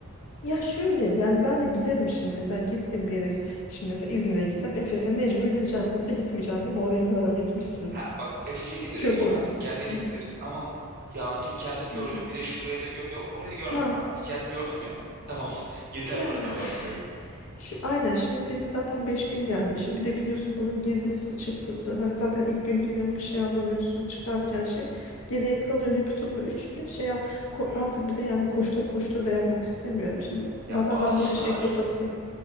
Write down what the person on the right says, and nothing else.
Ha, bak Efes'e gidilir.
Efes
antik kente gidilir.
Ama ya antik kenti gördüm.
Bir de şuraya da gör. Yok orayı görmeyeyim.
Antik kent gördüm ya. Tamam. <laughs> Yeter
bana kafasındayım.
Tabii.
Ya
bazısı
var.